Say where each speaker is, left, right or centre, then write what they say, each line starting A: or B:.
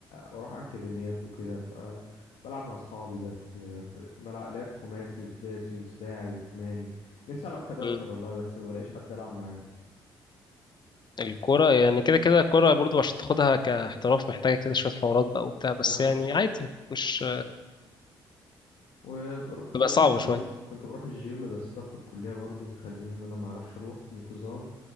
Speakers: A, on the left (about 65°); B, on the left (about 40°).
A: اروح اكاديميات وكده فبلعب مع اصحابي بس آه، ف- بلعب لعبت خماسي وسداسي وسباعي وتماني نفسي العب 11
B: امم
A: والله بس ما بلاقيش حد العب معاه
B: الكوره يعني كده كده الكوره برضو عشان تاخدها كاحتراف محتاجه كده شويه حوارات بقى وبتاع بس
A: اه
B: يعني عادي مش
A: وكنت
B: بتبقى
A: بروح
B: صعبه
A: الجيم
B: شويه
A: كنت بروح الجيم بس ضغط الكلية برضو بيخليني ان انا ما اعرفش اروح بانتظام